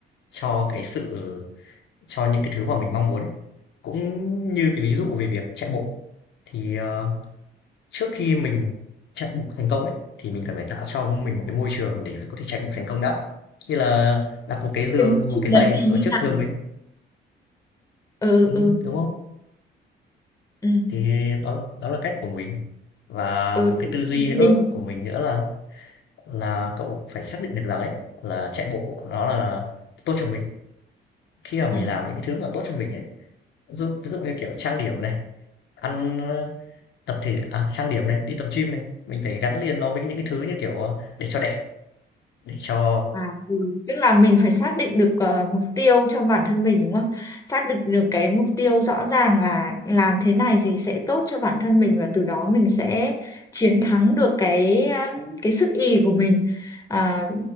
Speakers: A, on the left; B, on the left.
A: cho cái sự cho những cái thứ mà mình mong muốn. ấy. Cũng như cái ví dụ về việc chạy bộ, thì, ờ, trước khi mình chạy bộ thành công ấy, thì mình cần phải tạo cho mình một cái môi trường để có thể chạy bộ thành công đã. Như là đặt một cái giường,
B: Cái môi trường
A: một cái giày
B: đấy thì
A: ở
B: như
A: trước
B: nào?
A: giường mình,
B: Ừ
A: ừm,
B: ừ
A: đúng không?
B: ừ
A: Thì đó đó là cách của mình. Và
B: ừ
A: một cái tư duy nữa
B: mình
A: của mình nữa là là cậu phải xác định được rằng ấy là chạy bộ nó là tốt cho mình khi mà mình
B: ừ.
A: làm những cái thứ mà tốt cho mình ấy ví dụ, ví dụ như kiểu trang điểm này ăn ờ, tập thể à, trang điểm này đi tập gym này mình phải gắn liền nó với những cái thứ như kiểu ờ, để cho đẹp để cho
B: À, ừ. Tức là mình phải xác định được ờ, mục tiêu cho bản thân mình đúng không? Xác định được cái mục tiêu rõ ràng là làm thế này thì sẽ tốt cho bản thân mình và từ đó mình sẽ chiến thắng được cái ờ, cái sức ì của mình. À,